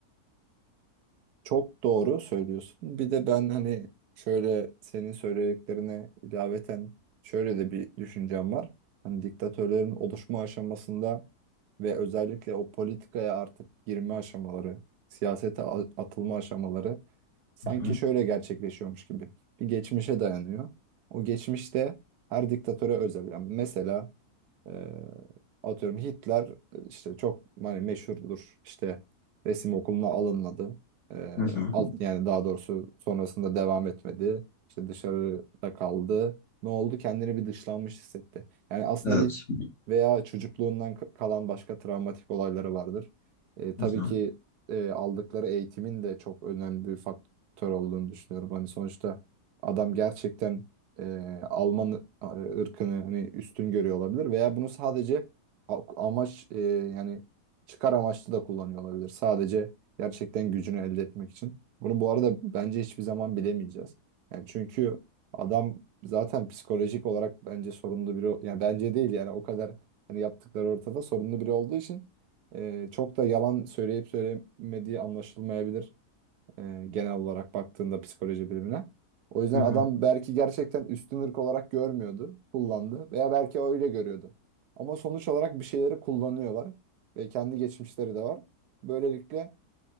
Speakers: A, on the right; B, on the left.
A: Çok doğru söylüyorsun. Bir de ben hani şöyle senin söylediklerine ilaveten şöyle de bir düşüncem var. Hani diktatörlerin oluşma aşamasında ve özellikle o politikaya artık girme aşamaları, siyasete a- atılma aşamaları sanki
B: Hı hı.
A: şöyle gerçekleşiyormuş gibi. Bir geçmişe dayanıyor. O geçmişte her diktatöre özel. Yani mesela e, atıyorum Hitler e, işte çok hani meşhurdur. İşte resim okuluna alınmadı. Ee,
B: Hı hı.
A: alt yani daha doğrusu sonrasında devam etmedi. İşte dışarıda kaldı. Ne oldu? Kendini bir dışlanmış hissetti. Yani aslında
B: Evet.
A: bir veya çocukluğundan ka- kalan başka travmatik olayları vardır. Ee, tabii
B: Hı hı.
A: ki e, aldıkları eğitimin de çok önemli bir faktör olduğunu düşünüyorum. Hani sonuçta adam gerçekten e, Alman e, ırkını hani üstün görüyor olabilir veya bunu sadece a- amaç e, yani çıkar amaçlı da kullanıyor olabilir. Sadece Gerçekten gücünü elde etmek için. Bunu bu arada bence hiçbir zaman bilemeyeceğiz. Yani çünkü adam zaten psikolojik olarak bence sorunlu biri. Yani bence değil yani o kadar hani yaptıkları ortada sorunlu biri olduğu için e, çok da yalan söyleyip söylemediği anlaşılmayabilir e, genel olarak baktığında psikoloji bilimine. O yüzden
B: Hı hı.
A: adam belki gerçekten üstün ırk olarak görmüyordu, kullandı veya belki öyle görüyordu. Ama sonuç olarak bir şeyleri kullanıyorlar ve kendi geçmişleri de var. Böylelikle